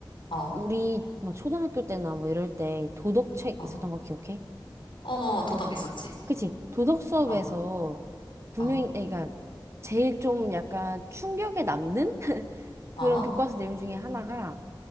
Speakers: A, on the left; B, on the right.
A: 어,
B: 우리 뭐 초등학교 때나 뭐 이럴 때 도덕책
A: 어,
B: 있었던 거 기억해?
A: 어, 어, 도덕 있었지.
B: 그치? 도덕 수업에서
A: 어,
B: 분명히,
A: 어,
B: 그러니까 제일 좀 약간 충격에 남는 <laughs> 그런
A: 어,
B: 교과서 내용 중에 하나가